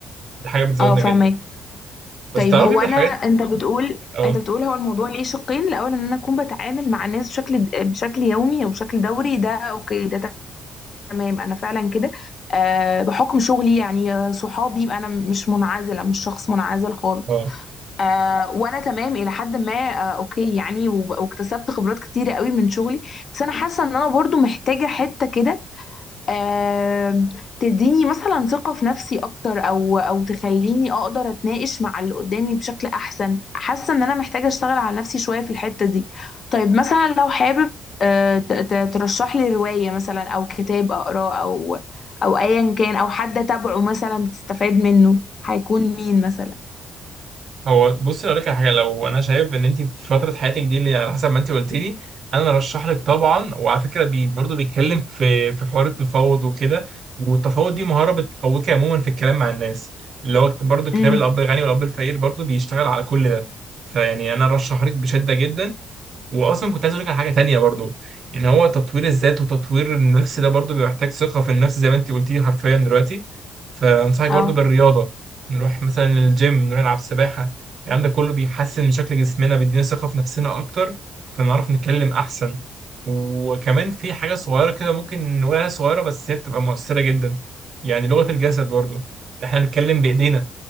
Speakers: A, on the right; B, on the left.
A: دي حاجه بتزودنا
B: اه فهماك
A: جدا بس
B: طيب
A: تعرفي
B: هو
A: من
B: انا
A: الحاجات
B: انت بتقول
A: اه
B: انت بتقول هو الموضوع ليه شقين الاول ان انا اكون بتعامل مع الناس بشكل بشكل يومي او بشكل دوري ده اوكي ده تمام انا فعلا كده آه بحكم شغلي يعني آه، صحابي يبقى انا مش منعزله مش شخص منعزل خالص
A: اه
B: آه وانا تمام الى حد ما آه اوكي يعني وب- واكتسبت خبرات كتيره قوي من شغلي بس انا حاسه ان انا برضو محتاجه حته كده آم، تديني مثلا ثقة في نفسي أكتر أو أو تخليني أقدر أتناقش مع اللي قدامي بشكل أحسن حاسة إن أنا محتاجة أشتغل على نفسي شوية في الحتة دي طيب مثلا لو حابب آه، ت- ت- ترشح لي رواية مثلا أو كتاب أقراه أو أو أيا كان أو حد أتابعه مثلا بتستفاد منه هيكون مين مثلا
A: هو بصي اقول لك على حاجه لو انا شايف ان انت في فتره حياتك دي اللي على حسب ما انت قلت لي انا رشح لك طبعا وعلى فكره بي برضه بيتكلم في في حوار التفاوض وكده والتفاوض دي مهاره بتقويك عموما في الكلام مع الناس اللي هو برضه كتاب
B: امم
A: الاب الغني والاب الفقير برضه بيشتغل على كل ده فيعني انا رشح لك بشده جدا واصلا كنت عايز اقول لك على حاجه تانية برضو ان هو تطوير الذات وتطوير النفس ده برضو بيحتاج ثقه في النفس زي ما انت قلتي حرفيا دلوقتي فانصحك برضو
B: أه
A: بالرياضه نروح مثلا الجيم نروح نلعب سباحه الكلام ده كله بيحسن من شكل جسمنا بيدينا ثقه في نفسنا اكتر فنعرف نتكلم احسن وكمان في حاجه صغيره كده ممكن نقولها صغيره بس هي بتبقى مؤثره جدا يعني لغه الجسد برضو احنا بنتكلم بايدينا